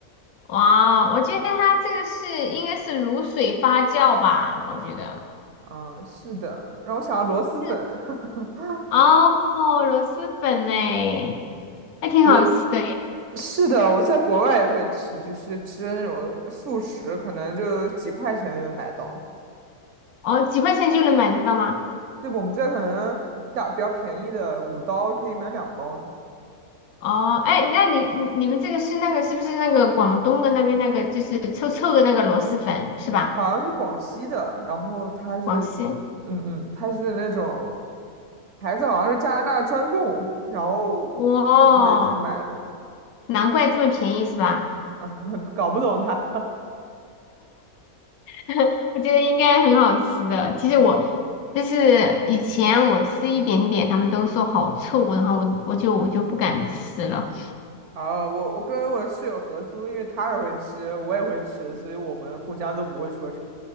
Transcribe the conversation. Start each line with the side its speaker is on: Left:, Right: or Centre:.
Left: 哇，我觉得它这个是应该是卤水发酵吧，我觉得
Right: 嗯，是的，让我想到螺蛳粉，
Left: 就是
Right: <laughs>
Left: 哦，螺蛳粉呢，还挺好吃的耶。
Right: 螺，是的，我在国外也会吃，就是吃那种速食，可能就几块钱就能买到。
Left: 哦，几块钱就能买得到吗？
Right: 对，我们这可能打比较便宜的，五刀可以买两包呢。
Left: 哦，哎，那你你你们这个是那个是不是那个广东的那边那个就是臭臭的那个螺蛳粉是吧？
Right: 好像是广西的，然后它是，
Left: 广西。
Right: 嗯嗯，它是那种牌子好像是加拿大专供，然后我会去买的，
Left: 哇，难怪这么便宜是吧？
Right: <laughs> 搞不懂它。
Left: <laughs> 我觉得应该很好吃的。其实我就是以前我吃一点点，他们都说好臭，然后我我就我就不敢吃了。
Right: 啊，我我跟我室友合租，因为他也会吃，我也会吃，所以我们互相都不会说什么。